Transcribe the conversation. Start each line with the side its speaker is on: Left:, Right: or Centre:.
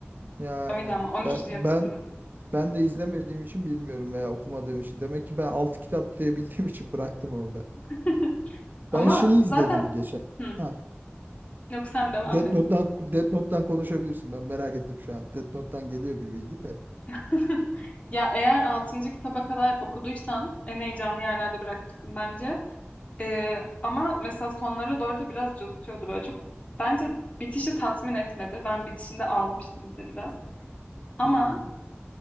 Right: yani
Left: Öyle ama 13
Right: ben
Left: diye hatırlıyorum.
Right: ben ben de izlemediğim için bilmiyorum veya okumadığım için. Demek ki ben 6 kitap diye bildiğim için bıraktım orada.
Left: <laughs> Ama
Right: Ben şeyi izledim
Left: zaten
Right: geçen.
Left: Hı,
Right: Hah.
Left: yok sen devam
Right: Death
Left: et.
Right: Note'dan, Death Note'dan konuşabilirsin. Ben merak ettim şu an. Death Note'dan geliyor bir bilgi de.
Left: <laughs> Ya eğer altıncı kitaba kadar okuduysan en heyecanlı yerlerde bırakmışsın bence. Ee, ama mesela sonlara doğru da biraz cozutuyordu böyle çok. Bence bitişi tatmin etmedi. Ben bitişinde ağlamıştım bir de biraz. Ama
Right: Hmm,